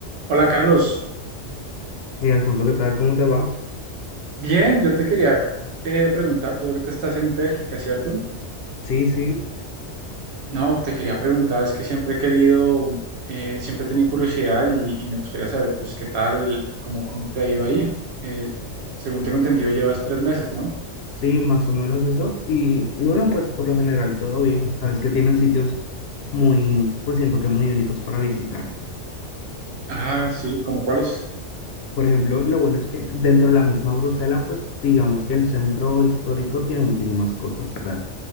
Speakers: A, on the right; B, on the left.
A: Hola Carlos,
B: Hey, Alfonso, ¿qué tal? ¿Cómo te va?
A: bien, yo te quería eh, preguntar, tú ahorita estás en Bélgica, ¿cierto?
B: Sí, sí,
A: No, te quería preguntar, es que siempre he querido, eh, siempre he tenido curiosidad y, y me gustaría saber, pues, qué tal, cómo, cómo te ha ido ahí. Eh, según tengo entendido, llevas tres meses, ¿no?
B: sí, más o menos eso. Y, y bueno, pues por lo general todo bien. Sabes que tienen sitios muy, pues siento que muy únicos para visitar.
A: Ah, sí, ¿cómo cuáles?
B: Por ejemplo, lo bueno es que dentro de la misma Bruselas, pues digamos que el centro histórico tiene muchísimas cosas, ¿verdad?